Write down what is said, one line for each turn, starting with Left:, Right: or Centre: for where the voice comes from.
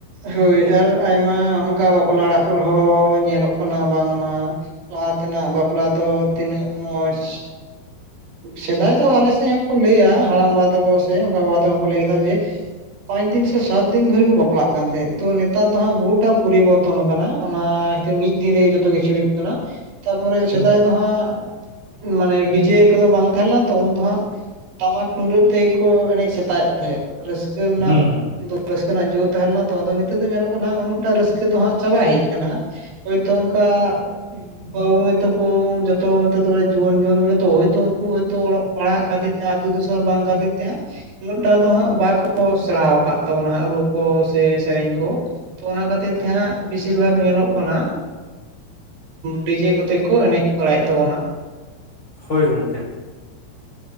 Right: ᱦᱳᱭ ᱟᱨ ᱟᱭᱢᱟ ᱚᱱᱠᱟ ᱵᱟᱯᱞᱟ ᱚᱲᱟᱜ ᱠᱚᱨᱮᱦᱚᱸ ᱧᱮᱞᱚᱜ ᱠᱟᱱᱟ ᱵᱟᱝᱢᱟ᱾ ᱞᱟᱦᱟ ᱛᱮᱱᱟᱜ ᱵᱟᱯᱞᱟ ᱫᱚ ᱛᱤᱱᱟᱹᱜ ᱢᱚᱸᱡᱽ ᱥᱮᱫᱟᱭ ᱫᱚ ᱟᱞᱮ ᱥᱮᱫ ᱦᱚᱸ᱾ ᱠᱚ ᱞᱟᱹᱭᱟ ᱦᱟᱲᱟᱢ ᱵᱟᱵᱟ ᱛᱟᱠᱚ ᱥᱮ ᱜᱚ-ᱵᱟᱵᱟ ᱛᱟᱠᱚ ᱠᱚ ᱞᱟᱹᱭ ᱠᱮᱫᱟ ᱡᱮ ᱾ ᱯᱟᱸᱪ ᱫᱤᱱ ᱥᱮ ᱥᱟᱛ ᱫᱤᱱ ᱫᱷᱚᱨᱮ ᱠᱚ ᱵᱟᱯᱞᱟ ᱾ ᱚᱱᱟ ᱦᱚᱛᱮᱪ ᱛᱮ ᱱᱮᱛᱟᱨ ᱫᱚ ᱦᱟᱸᱜ ᱵᱚᱦᱩᱴᱟ ᱯᱚᱨᱤᱵᱚᱨᱛᱚᱱ ᱠᱟᱱᱟ ᱚᱱᱟ ᱠᱷᱟᱹᱛᱤᱨ ᱢᱤᱫ ᱫᱤᱱ ᱨᱮᱜᱮ ᱡᱚᱛᱚ ᱠᱤᱪᱷᱩ ᱦᱩᱭᱩᱜ ᱠᱟᱱᱟ ᱾ ᱛᱟᱯᱚᱨᱮ ᱥᱮᱫᱟᱭ
Left: ᱦᱩᱸ
Right: ᱫᱚᱦᱟᱸᱜ ᱢᱟᱱᱮ ᱰᱤᱡᱮ ᱠᱚᱫᱚ ᱵᱟᱝ ᱛᱟᱦᱮᱸ ᱞᱮᱱᱟ ᱛᱚ ᱩᱱ ᱫᱚ ᱦᱟᱸᱜ ᱴᱟᱢᱟᱠ ᱛᱩᱢᱫᱟᱹᱜ ᱛᱮᱜᱮ ᱠᱚ ᱮᱱᱮᱡ ᱥᱮᱛᱟᱭᱮᱫ ᱛᱟᱦᱮᱸᱫ ᱨᱟᱹᱥᱠᱟᱹ ᱨᱮᱱᱟᱜ
Left: ᱦᱩᱸ ᱦᱩᱸ ᱦᱩᱸ
Right: ᱨᱟᱹᱥᱠᱟᱹ ᱨᱮᱱᱟᱜ ᱡᱟᱹᱛ ᱛᱟᱦᱮᱸ ᱞᱮᱱᱟ ᱛᱚ ᱟᱫᱚ ᱱᱤᱛᱚᱜ ᱫᱚ ᱧᱮᱞᱚᱜ ᱠᱟᱱᱟᱜ ᱩᱱᱟᱹᱜᱴᱟ ᱨᱟᱹᱥᱠᱟᱹ ᱫᱚ ᱦᱟᱸᱜ ᱪᱟᱵᱟ ᱦᱮᱡ ᱠᱟᱱᱟ ᱾ ᱦᱳᱭᱛᱳ ᱚᱱᱠᱟ ᱵᱟᱹᱵᱩ ᱢᱟᱹᱭ ᱛᱟᱠᱚ ᱡᱚᱛᱚ ᱱᱤᱛ ᱫᱚ ᱡᱩᱣᱟᱹᱱ ᱡᱩᱣᱟᱹᱱ ᱠᱚᱜᱮ ᱛᱚ ᱦᱚᱭᱛᱚ ᱩᱱᱠᱩ ᱦᱚᱭᱛᱚ ᱚᱞᱚᱜ ᱯᱟᱲᱦᱟᱜ ᱠᱷᱟᱹᱛᱤᱨ ᱟᱛᱳ ᱫᱤᱥᱚᱢ ᱵᱟᱝ ᱠᱷᱟᱹᱛᱤᱨ ᱛᱮᱦᱟᱸᱜ ᱩᱱᱟᱹᱜᱴᱟ ᱫᱚ ᱦᱟᱸᱜ ᱵᱟᱠᱚ ᱥᱮᱬᱟᱣ ᱟᱠᱟᱫ ᱛᱟᱵᱚᱱᱟ ᱦᱟᱸᱜ ᱨᱩᱯ ᱠᱚ ᱥᱮᱨᱮᱧ ᱠᱚ ᱛᱚ ᱚᱱᱟ ᱠᱷᱟᱹᱛᱤᱨ ᱛᱮ ᱦᱟᱸᱜ ᱵᱤᱥ ᱵᱤᱥᱤᱨ ᱵᱷᱟᱜ <inaudible> ᱧᱮᱞᱚᱜ ᱠᱟᱱᱟ ᱰᱤᱡᱮ ᱠᱚᱛᱮ ᱠᱚ ᱮᱱᱮᱡ ᱵᱟᱲᱟᱭᱮᱫ ᱛᱟᱵᱚᱱᱟ ᱾
Left: ᱦᱳᱭ ᱜᱚᱢᱠᱮ ᱾